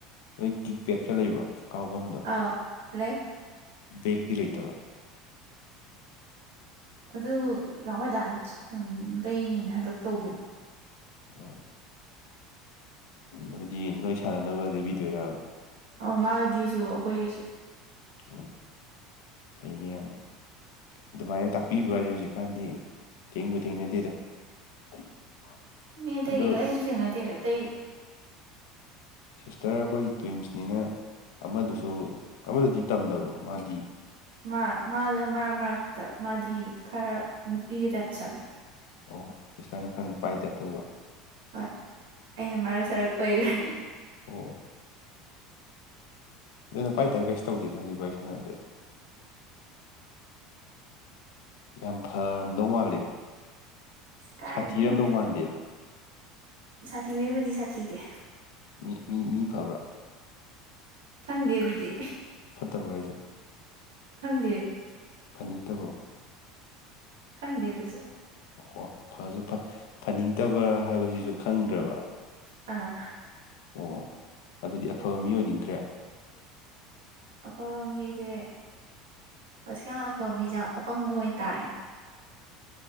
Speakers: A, on the left (about 75°); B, on the right (about 85°).
A: ꯅꯣꯏ ꯀꯤꯛ ꯄꯦꯠꯀ ꯂꯩꯕ꯭ꯔꯣ ꯀꯥꯎꯅꯝꯗꯣ꯫
B: ꯑ ꯂꯩ꯫
A: ꯕꯦꯛꯇꯤ ꯂꯩꯇꯕ꯫
B: ꯑꯗꯨ ꯗꯥ ꯑꯈꯣꯏ ꯗꯥꯅ ꯊꯤꯠ ꯂꯩꯅꯤ ꯍꯟꯗꯛ ꯇꯧꯒꯤꯝꯅꯤ꯫
A: ꯑꯣ꯫ ꯅꯣꯏꯗꯤ ꯅꯣꯏ ꯁꯥꯟꯅꯅꯕ ꯂꯩꯕꯤꯗꯣꯏꯔꯕ꯫
B: ꯑꯧ ꯃꯥꯒꯤꯁꯨ ꯑꯩꯈꯣꯏꯒꯤꯁꯨ꯫
A: ꯑꯣ ꯐꯩꯅꯦ ꯌꯥꯝꯅ꯫ ꯑꯗꯨꯃꯥꯏꯅ ꯇꯥꯛꯄꯤꯕꯒꯁꯦ ꯍꯧꯖꯤꯛꯀꯥꯟꯗꯤ ꯊꯦꯡꯕꯨ ꯊꯦꯡꯅꯗꯦꯗ꯫ <inaudible>
B: ꯃꯤ ꯑꯇꯩ
A: ꯑꯗꯣ
B: ꯀꯩꯀ ꯑꯩꯁꯨ ꯊꯦꯡꯅꯗꯦ ꯑꯇꯩ
A: ꯁꯤꯁꯇꯔ ꯈꯣꯏ ꯇꯨꯋꯤꯟꯁꯅꯤꯅ ꯑꯃꯗꯨꯁꯨ ꯑꯃꯗꯨꯗꯤ ꯇꯝꯗꯕ꯭ꯔꯣ ꯃꯥꯗꯤ꯫
B: ꯃꯥ ꯃꯥꯗ ꯃꯔꯛ ꯃꯔꯛꯇ ꯃꯥꯗꯤ ꯈꯔ ꯅꯨꯄꯤꯗ ꯇꯥꯏꯞ ꯆꯪꯉꯦ꯫
A: ꯑꯣ ꯁꯤꯁꯇꯔꯅ ꯈꯔ ꯅꯨꯄꯥꯏ ꯇꯥꯏꯞ ꯇꯧꯕ꯫
B: ꯍꯣꯏ ꯑꯩꯅ ꯃꯔꯛ ꯁꯥꯔꯛ ꯑꯣꯏꯕꯒꯤ꯫
A: ꯑꯣ꯫ ꯅꯪ ꯅꯄꯥꯥꯏ ꯇꯥꯏꯞ ꯀꯩꯁꯨ ꯇꯧꯗꯦꯗ ꯍꯧꯖꯤꯛ ꯋꯥꯔꯤ ꯁꯥꯟꯅꯕꯗꯗꯤ꯫ ꯌꯥꯝ ꯐꯔꯝꯗꯧ ꯃꯥꯜꯂꯤꯀꯣ
B: ꯀꯥꯏꯗꯩꯅꯣꯗ
A: ꯁꯥꯊꯤꯔꯝꯗꯧ ꯃꯥꯟꯗꯦꯕ꯫
B: ꯁꯥꯊꯤꯕꯩꯕꯨꯗꯤ ꯁꯥꯊꯤꯗꯦ꯫
A: ꯃꯤ ꯃꯤ ꯃꯤ ꯐꯕ꯭ꯔꯥ꯫
B: ꯈꯪꯗꯦ ꯑꯗꯨꯗꯤ꯫꯫
A: ꯐꯠꯇꯕ꯭ꯔꯣ ꯍꯥꯏꯁꯦ꯫
B: ꯈꯪꯗꯦ꯫
A: ꯐꯅꯤꯡꯗꯕ꯭ꯔꯣ
B: ꯈꯪꯗꯦ ꯑꯗꯨ ꯁꯔ
A: ꯑꯣ ꯐꯁꯨ ꯐꯅꯤꯡꯗꯕ꯭ꯔꯥ ꯍꯥꯏꯕꯁꯤꯁꯨ ꯈꯪꯗ꯭ꯔꯕ
B: ꯑ
A: ꯑꯣ ꯑꯗꯨꯗꯤ ꯑꯐꯕ ꯃꯤ ꯑꯣꯏꯅꯤꯡꯗ꯭ꯔꯦ
B: ꯑꯣꯈꯣ ꯃꯤꯁꯦ ꯍꯧꯖꯤꯛꯀ ꯍꯥꯟ ꯑꯐꯕ ꯃꯤꯁꯦ ꯌꯥꯝ ꯑꯄꯪꯕ ꯑꯣꯏꯅ ꯇꯥꯔꯦ